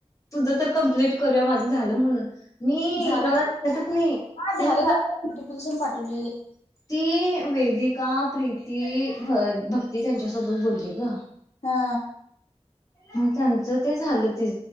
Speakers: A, on the left (about 30°); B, on the left (about 80°).
A: तुझं तर कमप्लीट करूया माझं झालं म्हणून मी
B: झालं
A: मला वातच नाही
B: हा झालं
A: ते
B: झा नोटिफिकेशन पाठवलेले
A: ती वेदिका प्रीती भ भक्ती त्यांच्यासोबत बोलली ग
B: हा
A: मग त्यांच ते झालं ति